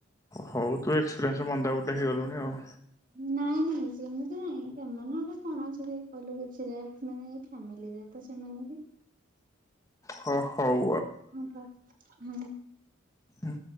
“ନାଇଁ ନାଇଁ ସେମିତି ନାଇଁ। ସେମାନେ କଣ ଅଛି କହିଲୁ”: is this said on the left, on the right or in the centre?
Right